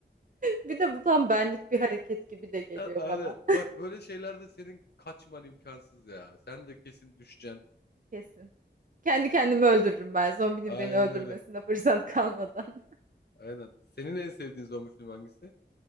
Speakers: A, on the right (about 45°); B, on the left (about 60°).
A: Bir de bu tam benlik bir hareket gibi de geliyor
B: A- Aynen.
A: bana.
B: Bak böyle şeylerde senin kaçman imkansız ya. Sen de kesin düşeceksin.
A: <laughs> Kesin. Kendi kendimi öldürürüm ben. Zombinin
B: Aynen
A: beni öldürmesine
B: öyle.
A: fırsat kalmadan. <laughs>
B: Aynen. Senin en sevdiğin zombi filmi hangisi?